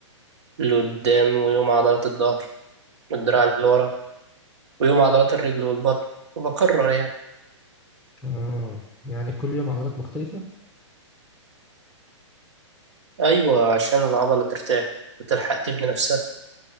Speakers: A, on the right (about 60°); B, in the centre.
A: اللي قدام ويوم عضلات الظهر والدراع اللي ورا ويوم عضلات الرجل والبطن وبكرر يعني
B: اه يعني كل يوم عضلات مختلفة
A: أيوة عشان العضلة ترتاح وتلحق تبني نفسها